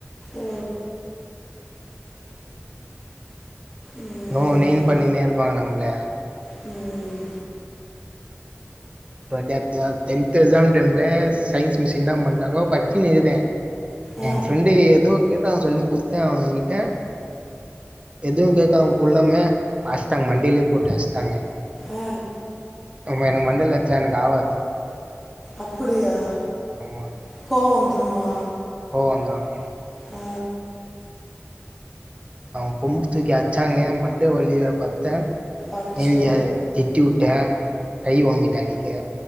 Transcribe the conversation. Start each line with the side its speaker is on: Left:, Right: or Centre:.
Centre: ஓ, ம்,
Right: நோ நெயின் பண்ணினே இருப்பாங்க நம்ப்ள
Centre: ம்
Right: ஒரு வாட்டி அப்டிதா டென்த்து எக்ஸாம் டைம்ல சயின்ஸ் மிஸ்ஸு ன்னா பண்ணிடாங்கோ படிச்சினி இருகுதே
Centre: ஆ,
Right: என் ஃப்ரெண்டு ஏதோ கேட்டான் சொல்லி குட்த்தே அவன்கிட்ட எதுவும கேக்காம கொல்லாம அஸ்ச்டாங்க மண்டையிலே போட்டு அஸ்ச்டாங்க
Centre: ஆ
Right: அப்போமா எனக்கு மண்டைல அட்ச்ச எனக்கு ஆவாது
Centre: அப்புடியா
Right: அம்மா
Centre: கோவ வந்துருமா
Right: போ அந்தார்
Centre: ஓ
Right: அவங்க கொம்பு தூக்கி அச்சாங்க மண்ட வலியில பத்தே
Centre: அச்சோ
Right: ஏந்தி அது திட் டிவுட்ட கை ஓங்கிட்டே அடிக்க